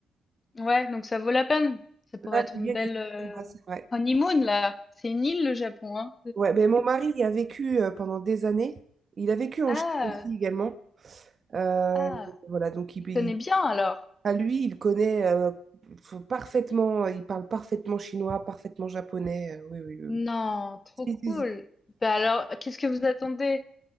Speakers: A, on the left; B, on the right.
A: Ouais, donc ça vaut la peine. Ça pourrait
B: Là,
A: être
B: le
A: une
B: yen
A: belle
B: est
A: euh,
B: super bas, c'est vrai.
A: honeymoon là. C'est une île le Japon, hein.
B: Ouais, ben mon mari y a vécu euh, pendant des années. Il a vécu en
A: Ah,
B: Chine aussi également. Euh,
A: ah,
B: voilà, donc il,
A: il
B: il-
A: connaît bien alors.
B: à lui, il connaît euh, f- parfaitement, il parle parfaitement chinois, parfaitement japonais. euh, oui, oui, oui.
A: Non, trop
B: Si,
A: cool.
B: si, si.
A: Bah alors, qu'est-ce que vous attendez?